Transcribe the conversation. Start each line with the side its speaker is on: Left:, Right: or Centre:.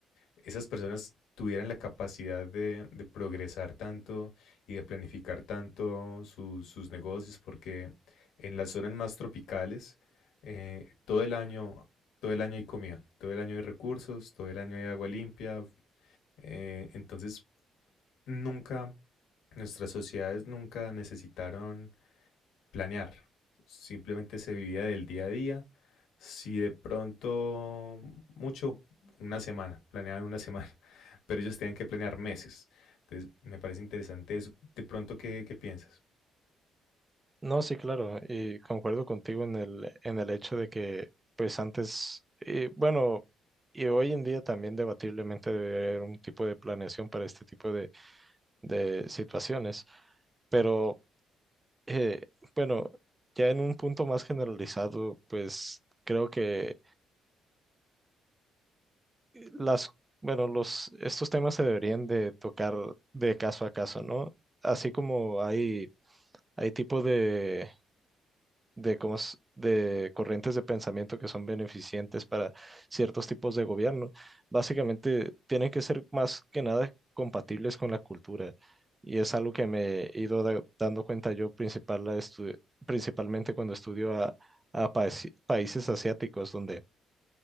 Left: esas personas tuvieran la capacidad de, de progresar tanto y de planificar tanto su- sus negocios, porque en las zonas más tropicales, eh, todo el año, todo el año hay comida, todo el año hay recursos, todo el año hay agua limpia. eh, entonces, nunca, nuestras sociedades nunca necesitaron planear. Simplemente se vivía del día a día. Si de pronto, mm, mucho, una semana, planeaban una semana, <laughs> pero ellos tenían que planear meses. Entonces, me parece interesante eso. De pronto, ¿qué, qué piensas?
Right: No, sí, claro, y concuerdo contigo en el, en el hecho de que, pues antes, y bueno, y hoy en día también debatiblemente debe haber un tipo de planeación para este tipo de, de situaciones, pero Eh, bueno, ya en un punto más generalizado, pues creo que las, bueno, los, estos temas se deberían de tocar de caso a caso, ¿no? Así como hay, hay tipo de de, cómo s- de corrientes de pensamiento que son beneficientes para ciertos tipos de gobierno, básicamente tienen que ser más que nada compatibles con la cultura. Y es algo que me he ido da- dando cuenta yo principal, la estu- principalmente cuando estudio a, a paesi- países asiáticos, donde